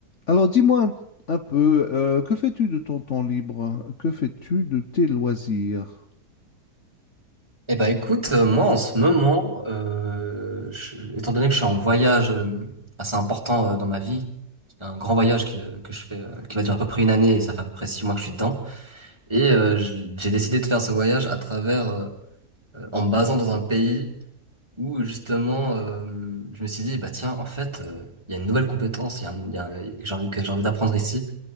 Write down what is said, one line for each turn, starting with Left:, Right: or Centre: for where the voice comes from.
Left: Alors dis-moi un peu, euh, que fais-tu de ton temps libre? Que fais-tu de tes loisirs?
Right: Eh ben écoute, euh, moi en ce moment, euh, je- étant donné que je suis en voyage euh, assez important euh, dans ma vie, un grand voyage qui, euh, que je fais, euh, qui va durer à peu près une année et ça fait à peu près six mois que je suis dedans, et euh, j- j'ai décidé de faire ce voyage à travers, euh, euh, en me basant dans un pays où justement, euh, je me suis dit, bah tiens, en fait, euh, il y a une nouvelle compétence, il y a, un- il y a un- que j'ai envie, que j'ai envie d'apprendre ici.